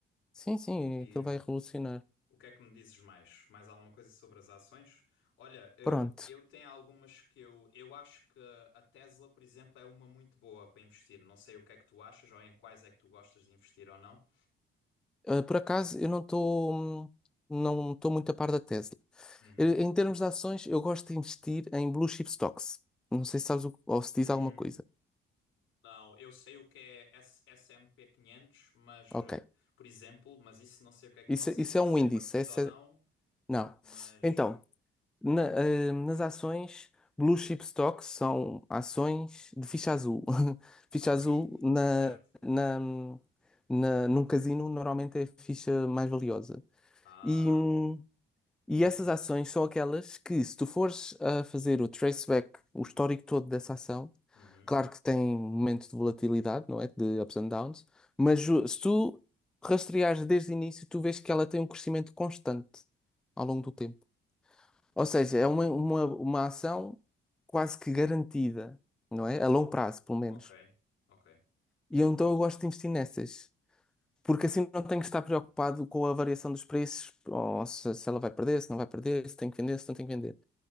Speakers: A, in the centre; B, on the left.
A: Sim, sim,
B: E
A: aquilo
B: o
A: vai revolucionar.
B: o que é que me dizes mais? Mais alguma coisa sobre as ações? Olha, eu,
A: Pronto.
B: eu tenho algumas que eu, eu acho que a Tesla, por exemplo, é uma muito boa para investir. Não sei o que é que tu achas ou em quais é que tu gostas de investir ou não.
A: Ah, por acaso, eu não estou não estou muito a par da Tesla.
B: Uhum.
A: Eh, Em termos de ações, eu gosto de investir em blue chip stocks. Não sei se sabes o, ou se
B: Hum,
A: diz alguma coisa.
B: não, eu sei o que é S- S&P quinhentos, mas,
A: Ok.
B: eh, por exemplo, mas isso não sei o que é, que-
A: Isso,
B: não sei
A: isso
B: se
A: é
B: isso
A: um índice.
B: é parecido
A: Essa,
B: ou não,
A: é, não.
B: mas
A: Então, na- eh, nas ações, blue chip stocks são ações de ficha azul. <laughs> Ficha
B: ok,
A: azul
B: <laughs>
A: na,
B: certo.
A: na, na, num casino normalmente é a ficha mais valiosa.
B: Ah,
A: E, hum, E
B: uhum,
A: essas ações são aquelas que, se tu fores a fazer o traceback, o histórico todo dessa ação,
B: uhum,
A: claro que tem momentos de volatilidade, não é? De ups and downs, mas
B: uhum,
A: o- se tu rastreares desde o início, tu vês que ela tem um crescimento constante ao longo do tempo. Ou seja,
B: hum,
A: é uma, uma, uma ação quase que garantida, não é? A longo prazo, pelo menos.
B: ok, ok.
A: E eu, então eu gosto de investir nessas. Porque assim não tenho que estar preocupado com a variação dos preços, ou se, se ela vai perder, se não vai perder, se tem que vender, se não tem que vender.